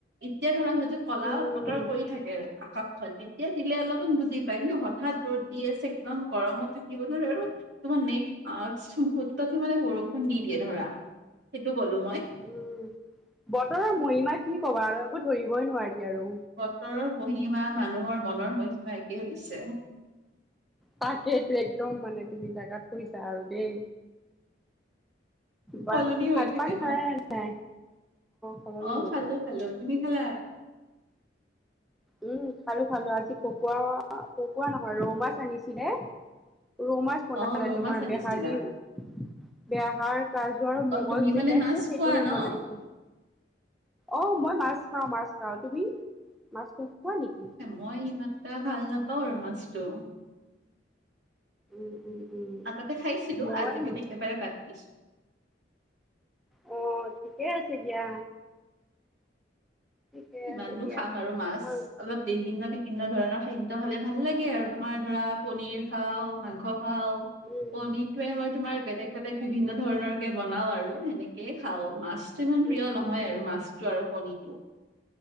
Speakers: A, on the right; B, in the centre.
A: এতিয়া ধৰা যদি যে
B: উম
A: কলা বতৰ কৰি থাকে আকাশখন তেতিয়া দিলে অলপমান বুজি পায় কিন্তু হ- ঠাত ৰ'দ দি আছে একদম গৰমত থাকিব ধৰ আৰু তোমাৰ নেক- আ কিছু মুহূৰ্ততে মানে বৰষুণ দি দিয়ে ধৰা সেইটো কলো মই।
B: উম বতৰৰ মহিমা কি কবা আৰু একো ধৰিবই নোৱাৰি আৰু।
A: বতৰৰ মহিমা মানুহৰ মনৰ মহিমা একেই হৈছে।
B: তাকেইটো একদম মানে তুমি জাগাত পৰিছা আৰু দেই।
A: সলনি
B: বাকী
A: হৈ
B: ভাত
A: থাকে
B: পানী
A: ন
B: খালে নে নাই? সলনি
A: অ
B: হৈ
A: খালো
B: থাকে।
A: খালো। তুমি খালা?
B: উম খালো খালো আজি পকোৱা পকোৱা নহয় ৰৌ মাছ আনিছিলে। ৰৌ মাছ বনালে
A: অ ৰৌ
B: তোমাৰ
A: মাছ আনিছিলা
B: বেহাৰ দিওঁ বেহাৰ, কাজু আৰু মগজ
A: অ তুমি
B: যে
A: মানে
B: আছে
A: মাছ
B: সেইটোৰে
A: খোৱা ন
B: বনাইছো। অ মই মাছ খাওঁ মাছ খাওঁ তুমি মাছটো খোৱা নেকি
A: মই ইমানটা ভাল নাপাওঁ আৰু মাছটো।
B: উম উম উম
A: আগতে খাইছিলো
B: মই
A: আজিকালি একেবাৰে বাদ দিছো
B: অ ঠিকে আছে দিয়া। ঠিকে
A: কিমাননো
B: আছে দিয়া।
A: খাম আৰু মাছ
B: মই
A: অলপ <unintelligible> বিভিন্ন ধৰণৰ খাদ্য খালে ভাল লাগে আৰু তোমাৰ ধৰা পনীৰ খাওঁ, মাংস খাওঁ
B: উম,
A: পনীৰটোয়ে মই তোমাৰ বেলেগ বেলেগ বিভিন্ন ধৰণৰ কে বনাও আৰু সেনেকে খাও মাছটো ইমান
B: উম,
A: প্ৰিয় নহয়
B: উম।
A: আৰু মাছ টো আৰু পনীটো